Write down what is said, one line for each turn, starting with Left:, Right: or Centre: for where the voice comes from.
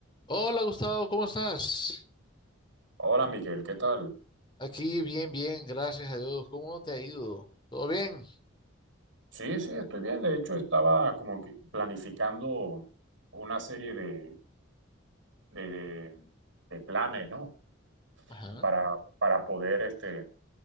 Left: Hola Gustavo, ¿cómo estás?
Right: Hola Miguel, ¿qué tal?
Left: Aquí bien, bien, gracias a Dios. ¿Cómo te ha ido? ¿Todo bien?
Right: Sí, sí, estoy bien. De hecho, estaba como que planificando una serie de, de, de- de planes, ¿no?
Left: Ajá,
Right: Para, para poder este,